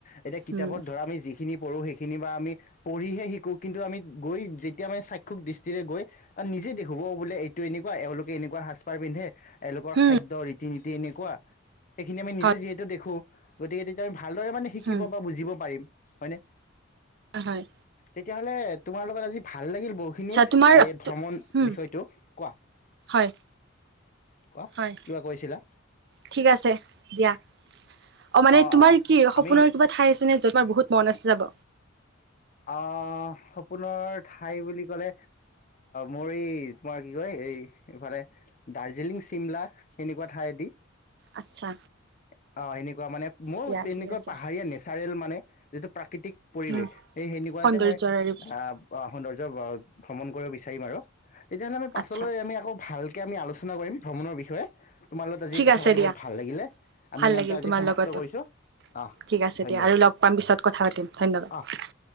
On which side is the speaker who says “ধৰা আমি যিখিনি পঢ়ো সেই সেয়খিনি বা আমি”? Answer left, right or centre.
Left